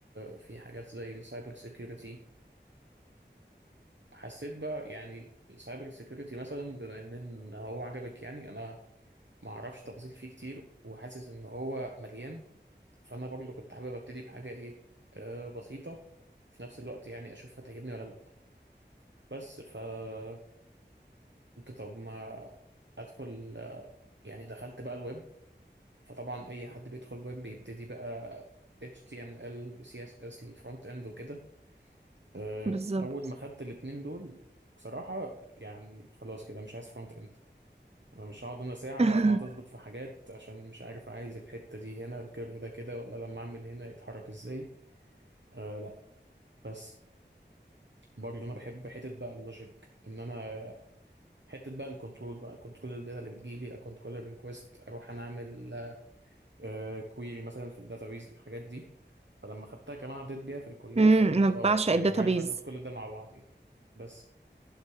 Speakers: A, on the right; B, on the right.
A: في حاجات زي السايبر سيكيورتي حسيت بقى يعني السايبر سيكيورتي مثلا بما ان إن هو عجبك يعني انا ما اعرفش تفاصيل فيه كتير وحاسس ان هو مليان فانا برضه كنت حابب ابتدي بحاجه ايه آه، بسيطه في نفس الوقت يعني اشوف هتعجبني ولا لا بس فقلت طب ما ادخل آه، يعني دخلت بقى الويب فطبعا اي حد بيدخل ويب بيبتدي بقى HTML و CSS للفرونت اند وكده آه،
B: بالظبط
A: اول ما خدت الاتنين دول بصراحة يعني خلاص كده مش عايز فرونت اند انا مش هقعد انا ساعة
B: <laughs>
A: اقعد اظبط في حاجات عشان مش عارف عايز الحتة دي هنا الكيرف ده كده ولا لما اعمل هنا يتحرك ازاي آه لا بس برضه انا بحب حتة بقى اللوجيك ان انا حتة بقى الكنترول بقى كنترول الداتا اللي بتجيلي اكنترول الريكوست اروح انا اعمل آه كويري مثلا في الداتابيز الحاجات دي فلما خدتها كمان عديت بيها في الكلية
B: امم
A: فقلت
B: انا
A: اه
B: بعشق
A: يعني
B: الداتابيز
A: عايز اربط كل ده مع بعض يعني بس